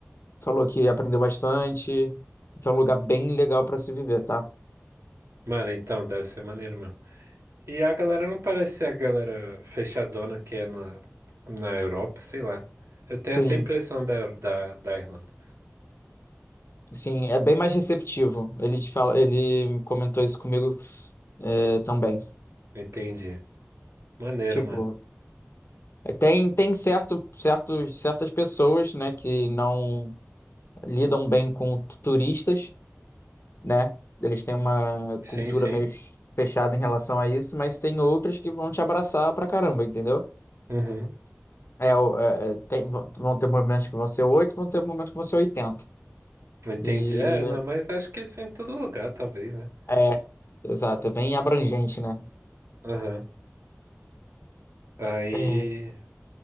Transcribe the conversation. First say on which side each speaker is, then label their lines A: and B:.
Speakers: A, on the left; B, on the right.
A: falou que aprendeu bastante, que é um lugar bem legal pra se viver, tá?
B: Mano, então, deve ser maneiro mesmo. E a galera não parece ser a galera fechadona que é na, na Europa, sei lá. Eu tenho
A: Sim,
B: essa impressão da, da, da Irlanda.
A: sim, é bem mais receptivo. Ele te fala, ele comentou isso comigo, é, também.
B: Entendi. Maneiro,
A: Tipo,
B: mano.
A: é, tem, tem certo, certos, certas pessoas, né, que não lidam bem com turistas, né? Eles têm uma
B: Sim,
A: cultura
B: sim.
A: meio fechada em relação a isso, mas tem outras que vão te abraçar pra caramba, entendeu?
B: Uhum.
A: É, o- é, é, tem- vão vão ter momentos que vão ser 8, vão ter momentos que vão ser oitenta.
B: Entendi.
A: E
B: É, não, mas acho que isso é em todo lugar, talvez, né?
A: é, exato, é bem abrangente, né?
B: Aham. Aí.
A: É,